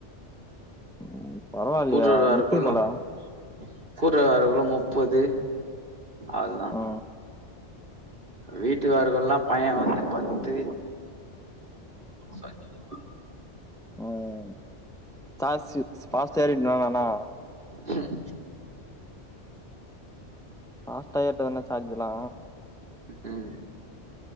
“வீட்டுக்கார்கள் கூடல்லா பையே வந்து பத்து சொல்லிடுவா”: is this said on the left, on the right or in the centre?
Right